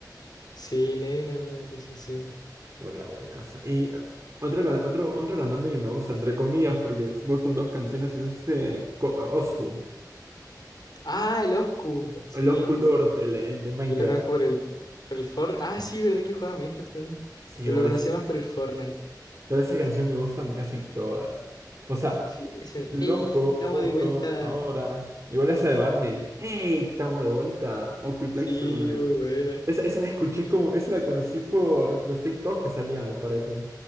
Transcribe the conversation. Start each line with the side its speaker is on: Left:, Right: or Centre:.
Left: Sí, nena, mal, dice sí.
Right: Igual era buenaza. Y eh, otro, ca- otro, otro cantante que me gusta, entre comillas, porque me gustan dos canciones, es este Co- Oscu.
Left: Ah, el Oscu, sí.
Right: El Oscu Lord, el, el de Minecraft.
Left: Yo lo conozco por el, por el Fortnite. Ah, sí, verdad que jugaba Minecraft también,
Right: Sí,
Left: pero
Right: igual
Left: lo conocía
Right: esa,
Left: más por el Fortnite.
Right: igual esa canción me gustan casi todas. O sea,
Left: Sí, ese
Right: Loco,
Left: ¡Ey! Estamos
Right: foto,
Left: de vuelta.
Right: ahora. Igual esa de Barney. Hey Estamos de vuelta. O Quick
Left: Sí,
Right: según vida.
Left: muy buena.
Right: Esa, esa la escuché como. Esa la conocí por los TikToks que salían, me parece.